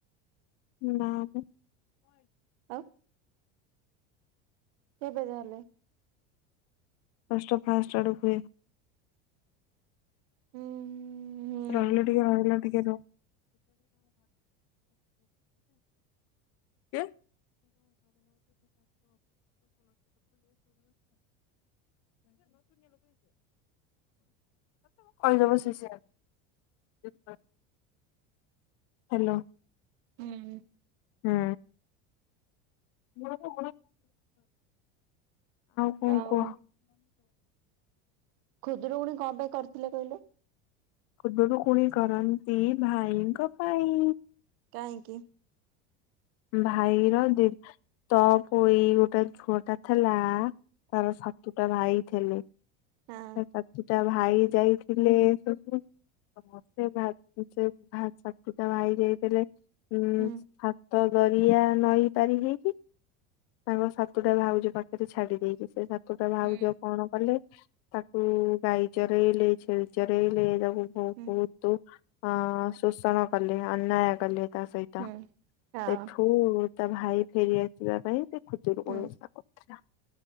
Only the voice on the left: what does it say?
ନା ମ।
ଷ୍ଟ ଫାଷ୍ଟ ଆଡ଼କୁ ହୁଏ।
ରହିଲ ଟିକେ ରହିଲ ଟିକେ। <inaudible> କିଏ। <inaudible> <unintelligible> <inaudible> ହ୍ୟାଲୋ
ହୁଁ। <inaudible> ଆଉ କଣ
କୁହ?
ଖୁଦୁରୁକୁଣି କରନ୍ତି ଭାଇଙ୍କ ପାଇଁ।
ଭାଇର ଦି ତଅପୋଇ ଗୋଟେ ଝୁଅ ଟା ଥିଲା ତାର ସାତୁଟା ଭାଇ ଥିଲେ।
ତା ସାତୁଟା ଭା ଭାଇ ଯାଇଥିଲେ ସବୁ ସମସ୍ତେ <unintelligible> ସାତୁଟା ଭାଇ ଯାଇଥିଲେ ଉଁ
ସାତ ଦରିଆ ନଈ ପାରି ହେଇକି। ତାଙ୍କ ସାତୁ ଟା ଭାଉଜ ପାଖରେ ଛାଡି ଦେଇକି। ସେ ସା ତୋଟା ଭାଉଜ
କଣ କଲେ ତାକୁ ଗାଈ ଚରେଇଲେ ଛେଳି ଚରେଇଲେ ବହୁତୁ
ଅ ଶୋଷଣ କଲେ ଅନ୍ୟାୟ କଲେ ତା ସହିତ
ସେଠୁ ତା ଭାଇ ଫେରିଆସିବା ପାଇଁ ସେ ଖୁଦୁରୁକୁଣି
ଓଷା କରୁଥିଲା।